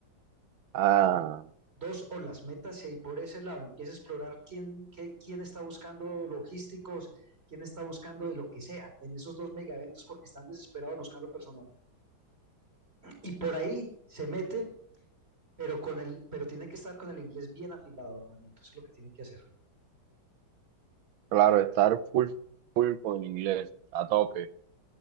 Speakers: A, on the right (about 80°); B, on the right (about 30°).
A: Ah,
B: el- dos o las metas y ahí por ese lado empieza a explorar quién, qué- quién está buscando logísticos, quién está buscando de lo que sea en esos dos mega eventos porque están desesperados buscando personal. Y por ahí se mete, pero con el, pero tiene que estar con el inglés bien afilado, hermanito. Eso es lo que tiene que hacer.
A: claro, estar full, full con el inglés, a tope.